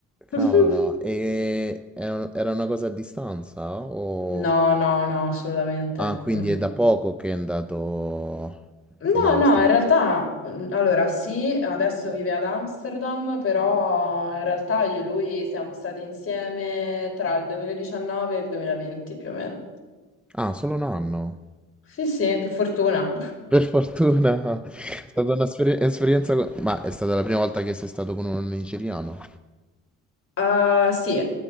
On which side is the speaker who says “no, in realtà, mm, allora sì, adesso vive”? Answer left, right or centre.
Left